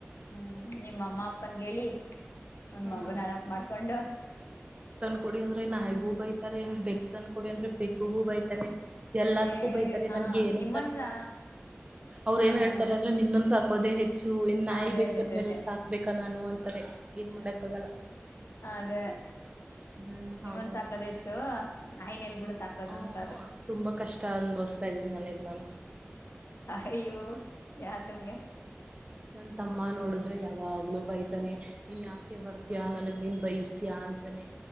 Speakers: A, on the left; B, on the right.
A: ಹ್ಮ ನಿಮ್ಮ ಅಮ್ಮ ಅಪ್ಪನ್ ಹೇಳಿ ಒಂದ್
B: ಹಾ
A: ಮಗುನ್ ಹಡಕ್ ಮಾಡ್ಕೊಂಡು
B: ಕೊಡಿ ಅಂದ್ರೆ ನಾಯಿಗ ಹೂಬಯತ ಬೆಕ್ ತನ್ ಕೊಡಿ ಅಂದ್ರೆ ಬೆಕ್ಕು ಹಬ್ಬಯ್ತಾರೆ ಎಲ್ಲತ್ಕ್ಕೂ
A: ಏ
B: ಬೈತಾರೆ ನನ್ಗೆ
A: ಆ
B: ಏನ್
A: ನಿಮ್ಮನ್ನ
B: ಹಕ್ತಾರೆ ಕೂಡ ಅವ್ರು
A: ಹ ಹ
B: ಏನ್ ಹೇಳ್ತಾರೆ ಅಂದ್ರೆ ನಿನ್ನನ್ ಸಾಕು ಹಕೋದೆೇ ಹೆಚ್ಚು ಇನ್ಾಯ್ಬೇಕನ್
A: ಅದೇ ಅದೇ ಅದೇ
B: ಬೇರೆ
A: ಅದೇ
B: ಸಾಕ್ಬೇಕಾ ನಾನು ಅಂತಾರೆ ಏನ್ ಮಾಡಕ್ ಆಗಲ್ಲ
A: ಅ ಅದೇ
B: ಹ್ಮ್
A: ನಿಮ್ಮಂದ
B: ಹೌದು
A: ಸಾಕದ್ ಹೆಚ್ಚು ನಾಯಿನ್ ಎಲ್ ಬಿಡು ಸಾಕೋದು
B: ಹ
A: ಅಂತಾರೆ
B: ತುಂಬಾ ಕಷ್ಟ ಅನ್ಭವಿಸತಾ ಇದ್ದೀನಿ ಮನೇಲಿ ನಾನು
A: ಅಯ್ಯೋ ಯಾಕಂಗೆ
B: ನನ್ ತಮ್ಮ ನೋಡಿದ್ರೆ ಯಾವಾಗ್ಲೂ ಬೈತಾನೆ ನೀನ್ ಯಾಕೆ ಬರ್ತಯಾ ನನಗ್ ನಿನ್ ಬಯಸ್ತೀಯಾ ಅಂತಾನೆ